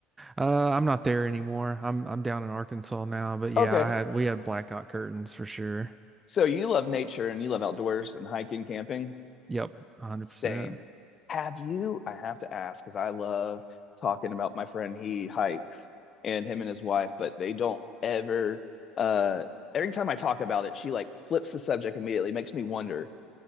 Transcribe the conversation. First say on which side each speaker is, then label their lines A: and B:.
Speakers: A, on the right; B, on the left.
A: Uh, I'm not there anymore. I'm I'm down in Arkansas now, but yeah,
B: Okay.
A: I had we had blackout curtains for sure.
B: So you love nature and you love outdoors and hiking, camping.
A: Yep, 100%.
B: Same. Have you? I have to ask because I love talking about my friend. He hikes and him and his wife, but they don't ever. Uh, every time I talk about it, she like flips the subject immediately. Makes me wonder: